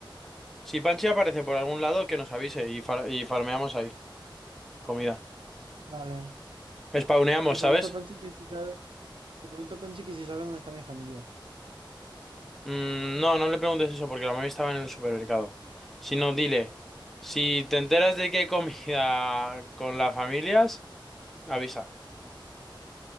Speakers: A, in the centre; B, on the right (about 85°).
A: Si Panchi aparece por algún lado, que nos avise y, far- y farmeamos ahí. Comida.
B: Dale.
A: Spawneamos,
B: Le
A: ¿sabes?
B: pregunto a Panchi que si sabe, le pregunto a Panchi que si sabe dónde está mi familia.
A: Mm, no, no le preguntes eso porque la mami estaba en el supermercado. Sino dile, si te enteras de que hay comida con las familias, avisa.